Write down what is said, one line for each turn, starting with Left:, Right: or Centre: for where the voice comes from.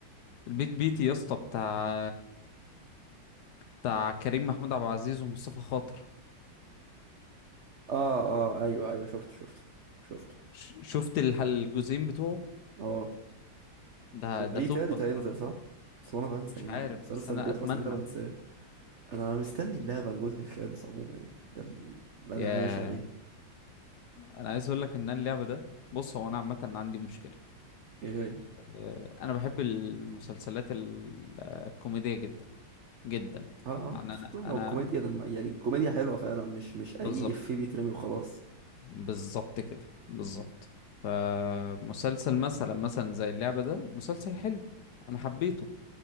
Left: البيت بيتي يا اسطى بتاع بتاع كريم محمود عبد العزيز ومصطفى خاطر
Right: آه آه أيوه أيوه شفته شفته شفته
Left: ش- شفت الح- الجزئين بتوعه
Right: اه
Left: ده
Right: هو ليه
Left: ده توب
Right: تالت
Left: بس
Right: هينزل
Left: انا
Right: صح؟ بس انا بنسى
Left: مش
Right: يعني
Left: عارف
Right: المسلسل
Left: بس انا
Right: بيخلص
Left: اتمنى
Right: من ده بنساه انا مستني اللعبة الجزء الخامس عموما يعني ده اللي
Left: يا
Right: انا عايش عليه
Left: انا عايز اقول لك ان أنا اللعبه ده بص هو انا عامه عندي مشكله
Right: ايه إيه.
Left: آه، انا بحب المسلسلات ال- آه، الكوميديه جدا جدا
Right: اه
Left: يعني
Right: اه خصوصا
Left: انا
Right: لو
Left: انا
Right: الكوميديا دم يعني الكوميديا حلوة فعلا مش مش اي
Left: بالظبط
Right: افيه بيترمي وخلاص
Left: بالظبط كده بالظبط فمسلسل مثلا مثلا زي اللعبه ده مسلسل حلو انا حبيته